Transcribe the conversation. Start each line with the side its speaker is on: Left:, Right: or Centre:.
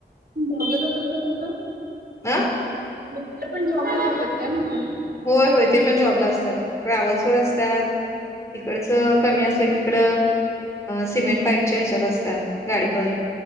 Right: बघत होत का कुठं
Left: अ
Right: मिस्टरपण जॉबला जातात काय म्हटलं
Left: होय होय ते पण जॉबला असतात ट्रॅव्हल्स वर असतात तिकडच कमी असलं की इकड सिमेंट पाईपच्या ह्याच्यात असतात गाडीवर